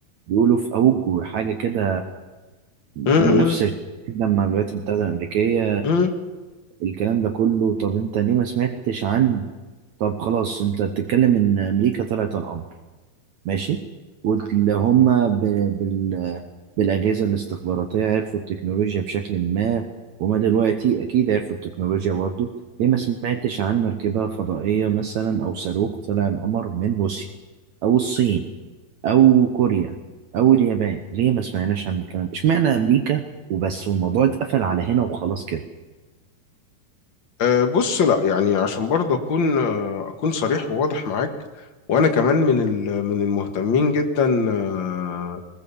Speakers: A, on the right; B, on the left.
A: بيقولوا في اوج حاجة كده
B: امم
A: منافسة جدا مع الولايات المتحدة الأمريكية
B: امم
A: الكلام ده كله طب انت ليه ما سمعتش عن طب خلاص انت بتتكلم ان امريكا طلعت على القمر ماشي واللي هم ب... بال... بالأجهزة الاستخباراتية عرفوا التكنولوجيا بشكل ما وما دلوقتي أكيد عرفوا التكنولوجيا برضو ليه ما سمعتش عن مركبة فضائية مثلا أو صاروخ طلع القمر من روسيا أو الصين أو كوريا أو اليابان ليه ما سمعناش عن الكلام ده اشمعنى أمريكا وبس والموضوع اتقفل على هنا وخلاص كده
B: أه بص لا يعني عشان برضه اكون آه، اكون صريح وواضح معاك وانا كمان من ال- من المهتمين جدا آه،